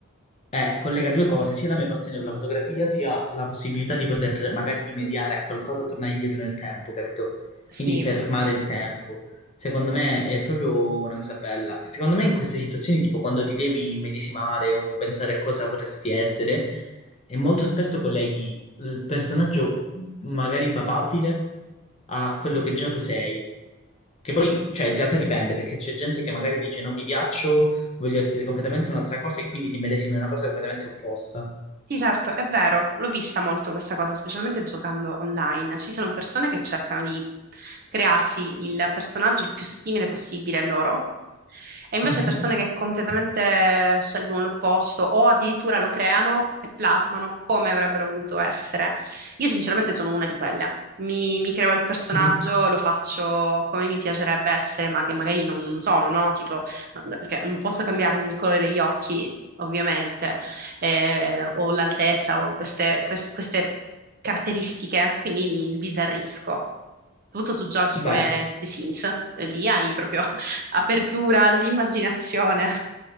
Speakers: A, on the left; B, on the right.
A: Eh, collega due cose, sia la mia passione per la fotografia, sia la possibilità di poter magari rimediare a qualcosa, tornare indietro nel tempo, capito?
B: Sì.
A: Quindi fermare il tempo. Secondo me è proprio una cosa bella. Secondo me in queste situazioni, tipo quando ti devi immedesimare o pensare a cosa vorresti essere, e molto spesso colleghi il personaggio magari papabile a quello che già tu sei. Che poi, cioè, in realtà dipende, perché c'è gente che magari dice non mi piaccio voglio essere completamente un'altra cosa e quindi si medesima in una cosa completamente opposta.
B: Sì, certo, è vero, l'ho vista molto questa cosa, specialmente giocando online. Ci sono persone che cercano di crearsi il personaggio il più simile possibile a loro e invece
A: Mhm,
B: persone che completamente scelgono l'opposto o addirittura lo creano e plasmano come avrebbero voluto essere. Io sinceramente sono una di quelle. Mi, mi creo il personaggio,
A: mhm.
B: lo faccio come mi piacerebbe essere, ma che magari non sono, no? Tipo, no, perché non posso cambiarmi il colore degli occhi, ovviamente, eh, o l'altezza o queste, quest- queste caratteristiche, quindi mi sbizzarrisco. Soprattutto su giochi come
A: Beh,
B: The Sims, eh, lì hai proprio apertura all'immaginazione.